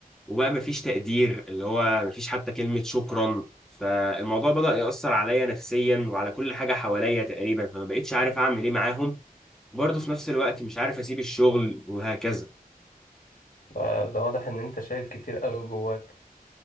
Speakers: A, in the centre; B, on the left (about 70°).
A: وبقى مفيش تقدير اللي هو مفيش حتى كلمة شكرا فالموضوع بدأ يأثر عليا نفسيا وعلى كل حاجة حواليا تقريبا فما بقتش عارف أعمل إيه معاهم وبرضه في نفس الوقت مش عارف أسيب الشغل وهكذا
B: ده, ده واضح ان انت شايل كتير قوي جواك